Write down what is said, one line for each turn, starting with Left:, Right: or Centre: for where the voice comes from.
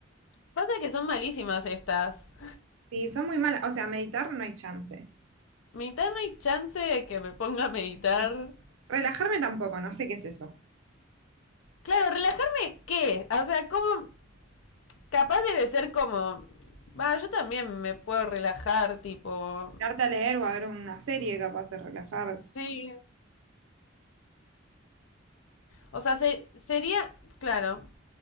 Left: pasa que son malísimas estas.
Right: sí, son muy malas. O sea, meditar no hay chance.
Left: Meditar no hay chance de que me ponga a meditar.
Right: Sí. Relajarme tampoco, no sé qué es eso.
Left: Claro, relajarme, ¿qué? O sea, como... Capaz debe ser como... Va, yo también me puedo relajar, tipo...
Right: Darte a leer o a ver una serie capaz de relajar.
Left: Sí. O sea, se- sería... Claro.